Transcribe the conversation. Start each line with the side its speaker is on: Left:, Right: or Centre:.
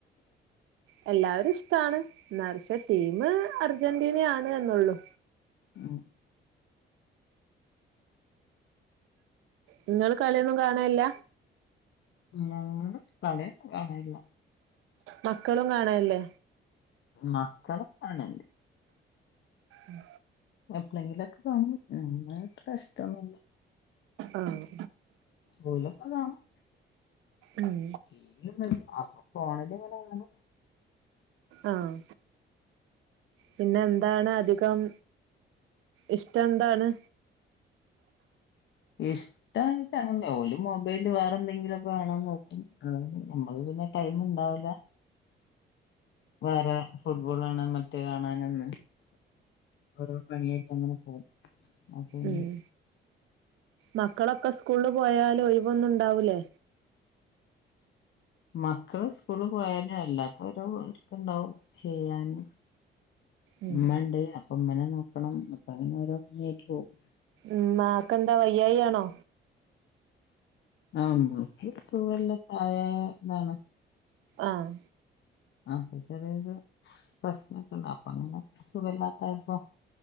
Right: യെല്ലാവരേയുമിഷ്ടമാണ് എന്നാലും പക്ഷേ ടീമ്അർജന്റീനയാണെന്നേയുള്ളു
Left: ഉം
Right: നിങ്ങളുകളിയൊന്നും കാണലില്ല
Left: ഞങ്ങള് കളികാണലില്ല
Right: മക്കളും കാണാറില്ലേ
Left: മക്കളുംകാണല്ണ്ട്
Right: ഉം
Left: എപ്പോളെങ്കിലുമൊക്കെ കാണും നമ്മ പ്രശ്നമൊന്നുമില്ല
Right: ആഹ്
Left: ഓലൊക്കെ കാണും
Right: ഉം
Left: ടി വി ഒന്നുല്ല ഫോണിലിങ്ങനെ കാണും
Right: ആഹ് പിന്നെയെന്താണധികം ഇഷ്ടമെന്താണ്
Left: ഇഷ് ടംമങ്ങനെ ഓലു മൊബൈലു വേറെയെനന്തെങ്കിലുമൊക്കെകാണാൻനോക്കും നമ്മളു പിന്നെ ടൈമുണ്ടാവില്ല വേറെ ഫുട്ബോൾ കാണാൻമറ്റു കാണാനെന്ന് ഓരോ പണിയായിട്ടങ്ങനെ പോകും അപ്പൊ പിന്നെ
Right: ഉം മക്കളൊക്കെ സ്കൂളിൽ പോയാലും ഒഴിവൊന്നുമുണ്ടാവൂലേ
Left: മക്കള് സ്കൂളില് പോയാല് അല്ലാത്തൊരോ വർക്ക് ഉണ്ടാവും ചെയ്യാന്
Right: ഉം
Left: ഉമ്മയുണ്ട് അപ്പൊ ഉമ്മേനെ നോക്കണം അപ്പമങ്ങനെയോരോ പണിയായിട്ടുപോകും
Right: ഉമ്മായ്ക്കെന്താ വയ്യായ്കയാണോ
Left: ആഹ് ഉമ്മാക്കു സുഖമില്ല പ്രായമായതാണ്
Right: ആഹ്
Left: അപ്പ ചെറിയയൊരു പ്രശ്നമൊക്കെയുണ്ട്അപ്പൊങ്ങനെ സുഖമില്ലാത്തതായപ്പോ